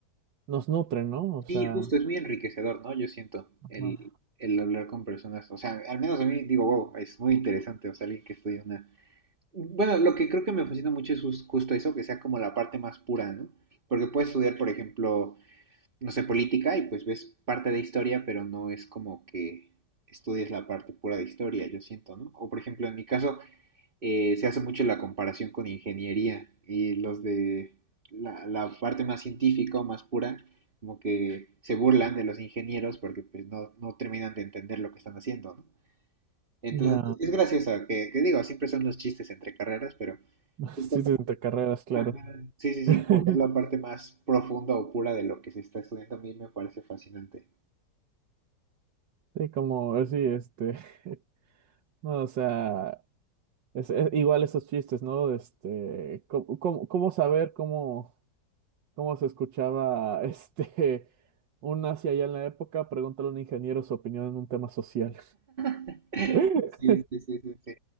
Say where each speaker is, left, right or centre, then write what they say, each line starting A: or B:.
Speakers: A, on the right (about 80°); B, on the right (about 30°).
A: nos nutre, ¿no? O sea,
B: Sí, justo, es muy enriquecedor, ¿no? Yo siento
A: ajá.
B: el, el hablar con personas, o sea, al menos a mí digo, wow, es muy interesante, o sea, alguien que estudia una... Bueno, lo que creo que me fascina mucho es jus- justo eso, que sea como la parte más pura, ¿no? Porque puedes estudiar, por ejemplo, no sé, política y pues ves parte de historia, pero no es como que estudies la parte pura de historia, yo siento, ¿no? O por ejemplo, en mi caso, eh, se hace mucho la comparación con ingeniería y los de la, la, parte más científica o más pura, como que se burlan de los ingenieros porque pues, no, no terminan de entender lo que están haciendo, ¿no? Entonces,
A: ya,
B: es gracioso, que, que, digo, siempre son los chistes entre carreras, pero
A: <laughs>
B: justo-
A: sí, entre carreras, claro.
B: Ajá. sí, sí, sí,
A: <laughs>
B: como ver la parte más profunda o pura de lo que se está estudiando a mí me parece fascinante.
A: Sí, como, eh, sí, este, <laughs> no, o sea, es, es igual esos chistes, ¿no? Este, ¿cómo, cómo, cómo saber cómo, cómo se escuchaba, <laughs> este, un nazi allá en la época? Pregúntale a un ingeniero su opinión en un tema social.
B: <laughs>
A: <laughs>
B: Sí, sí, sí, sí, sí.